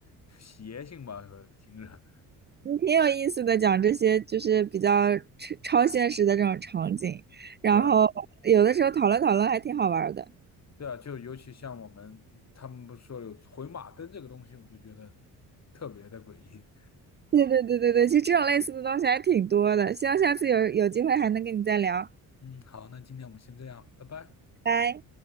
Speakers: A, on the left (about 40°); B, on the right (about 25°).
A: 邪性吧，呃听着。
B: 挺有意思的，讲这些就是比较超超现实的这种场景，然后有的时候讨论讨论还挺好玩儿的。
A: 对啊，对啊，就尤其像我们他们不是说有回马灯这个东西，我就觉得特别的诡异。
B: 对对对对对，其实这种类似的东西还挺多的，希望下次有有机会还能跟你再聊，
A: 嗯，好，那今天我们先这样，拜拜。
B: 拜。